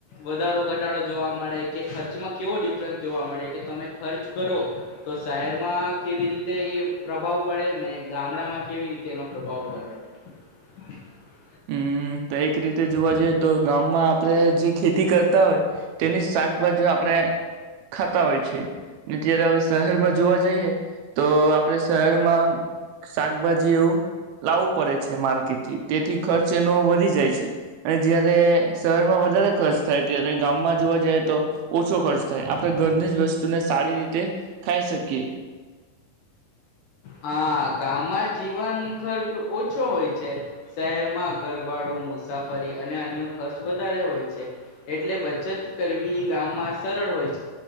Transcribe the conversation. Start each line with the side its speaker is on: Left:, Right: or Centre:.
Left: વધારો ઘટાડો જોવા મળે કે ખર્ચમાં કેવો ડિફરન્સ જોવા મળે કે તમે ખર્ચ કરો તો શહેરમાં કેવી રીતે એ પ્રભાવ પડે ને ગામડામાં કેવી રીતે એનો પ્રભાવ પડે. <inaudible>
Right: હમ્મ તો એક રીતે જોવા જઈએ તો ગામમાં આપણે જે ખેતી કરતા હોય તેની જ શાકભાજી આપણે ખાતા હોય છે ત્યારે હવે શહેરમાં જોવા જઈએ તો આપણે શહેરમાં શાકભાજી એવું લાવવું પડે છે. માર્કેટથી તેથી ખર્ચ એનો વધી જાય છે અને જયારે શહેરમાં વધારે ખર્ચ થાય, ત્યારે ગામમાં જોવા જઈ તો ઓછો ખર્ચ થાય આપણે ઘરની જ વસ્તુને સારી રીતે ખાઈ શકીએ.
Left: હા ગામમાં જીવન ખર્ચ ઓછો હોય છે શહેરમાં ગરભાડું મુસાફરી અને અન્ય ખર્ચ વધારે હોય છે એટલે બચત કરવી ગામમાં સરળ હોય છે,